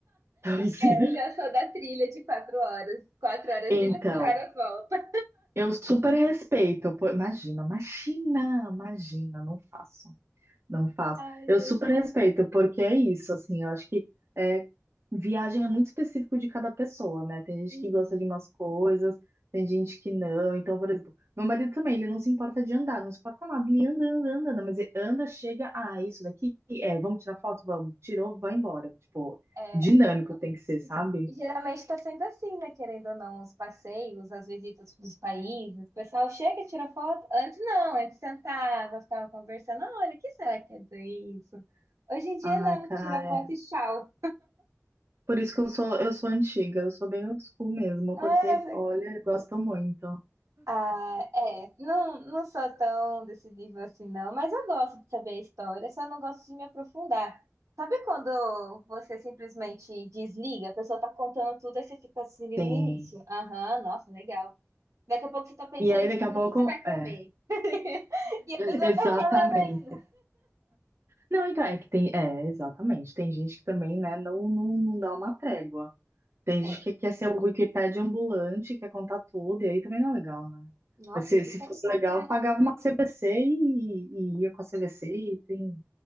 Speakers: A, on the right; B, on the right.
A: Então, assim,
B: É, eu já sou da trilha de quatro horas. Quatro horas
A: então,
B: ida, quatro horas volta.
A: eu super respeito. pô, imagina, imagina, imagina, não faço. Não faço.
B: Ai,
A: Eu
B: gente.
A: super respeito, porque é isso, assim, eu acho que é, viagem é muito específico de cada pessoa, né? Tem gente
B: Uhum.
A: que gosta de umas coisas, tem gente que não. Então, por exemplo, meu marido também, ele não se importa de andar, não se importa nada, ele anda, anda, anda, anda, mas ele anda, chega, ah, isso daqui, é, vamos tirar foto? Vamos. Tirou, vai embora. Tipo,
B: É,
A: dinâmico tem que ser, sabe?
B: E geralmente está sendo assim, né? Querendo ou não, os passeios, as visitas dos países, o pessoal chega, e tira foto. Antes não, antes sentava, ficava conversando. "Ah, Olha, o que será que quer dizer isso? Hoje em dia
A: Ai,
B: não,
A: cara,
B: tira
A: é.
B: foto e tchau.
A: Por isso que eu sou, eu sou antiga, eu sou bem old school mesmo,
B: Ah,
A: porque, olha, eu gosto muito.
B: Ah, é, não, não sou tão desse nível assim, não, mas eu gosto de saber a história, só não gosto de me aprofundar. Sabe quando você simplesmente desliga, a pessoa tá contando tudo e você fica assim no
A: Sim.
B: início? Aham, nossa, legal. Daqui a pouco você tá pensando,
A: E aí,
B: tipo,
A: daqui a
B: no
A: pouco,
B: que você vai comer?
A: é.
B: <laughs> E a pessoa
A: Exatamente.
B: tá falando ainda.
A: Não, então, é que tem. É, exatamente. Tem gente que também, né, não, não, não dá uma trégua. Tem
B: É,
A: gente que quer ser o Wikipédia ambulante, quer contar tudo, e aí também não é legal, né?
B: nossa,
A: Mas Se,
B: irrita
A: se fosse
B: pra
A: legal,
B: caralho.
A: eu pagava uma CVC e, e ia com a CVC e tem.